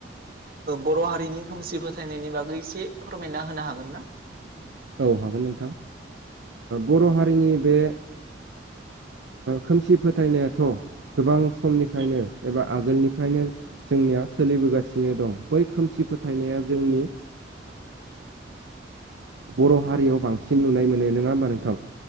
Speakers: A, on the right (about 50°); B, on the right (about 75°).
A: बर' हारिनि खोमसि फोथायनायनि बागै एसे फोरमायना होनो हागोन ना
B: औ हागोन नोंथां बर' हारिनि बे खोमसि फोथायनायाथ' गोबां समनिफ्रायनो एबा आगोलनिफ्रायनो जोंनिया सोलिबोगासिनो दं बै खोमसि फोथायनाया जोंनि बर' हारियाव बांसिन नुनाय मोनो नङा होमबा नोंथां